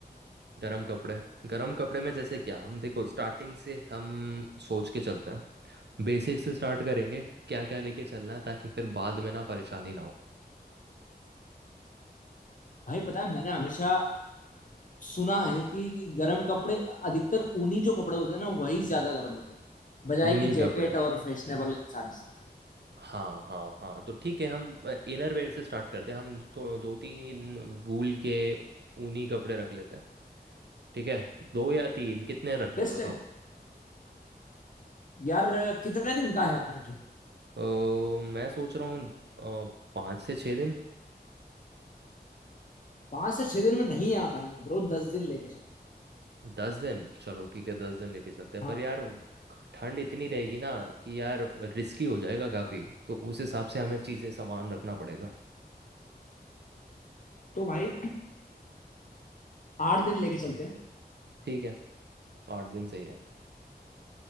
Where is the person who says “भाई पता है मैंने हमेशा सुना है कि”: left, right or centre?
Left